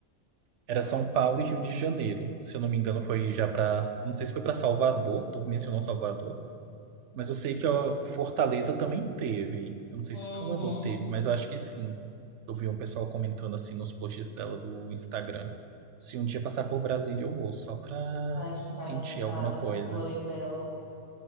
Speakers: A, on the right; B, on the left.
A: Era São Paulo e Rio de Janeiro. Se eu não me engano, foi já para. Não sei se foi para Salvador, tu mencionou Salvador. Mas eu sei que ó, Fortaleza também teve. Eu não sei
B: Uhum.
A: se Salvador teve, mas eu acho que sim. Eu vi um pessoal comentando assim nos posts dela do Instagram. Se um dia passar por Brasília, eu vou, só pra
B: Ai, que palhaçada
A: sentir alguma
B: essa
A: coisa.
B: Floribela.